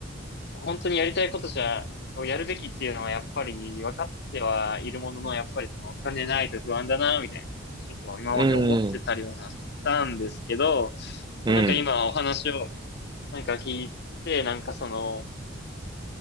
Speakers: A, on the left; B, on the right.
A: 本当にやりたいことじゃ、をやるべきっていうのはやっぱり分かってはいるものの、やっぱりそのお金ないと不安だな、みたいな。ちょっと今まで思ってたりはしたんですけど、
B: うん、うん、
A: まあ、なんか今お話をなんか聞いて、なんかその、